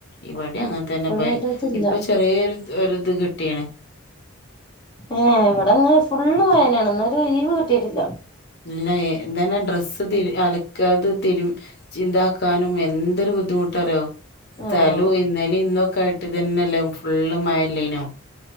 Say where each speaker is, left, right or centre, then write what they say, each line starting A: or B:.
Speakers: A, on the left; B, on the left.
A: ഇവിടെയും അങ്ങനെ തന്നെ
B: ഇപ്പളും വല്ലതില്ല
A: ഇപ്പൊ ചെറിയേ ഒരു ഇത് കിട്ടിക്ണ്
B: ഏ ഇവിടെ ഇന്ന് ഫുള്ള് മഴന്നെണ് ഇന്നൊരു ഒഴിവ് കിട്ടിട്ടില്ല
A: ഇല്ല ഇതന്നെ ഡ്രസ്സ്അലക്കാനും അതൊന്നു വിരിക്കാനും എന്തൊരു ബുദ്ധിമുട്ടാ അറിയോ സ്ഥലവുംഇന്നലെയും
B: ആഹ്
A: ഇന്നും ഒക്കെ ആയിട്ടു ഫുൾ മഴ അല്ലായിരുന്നോ ല ഫുള്ള്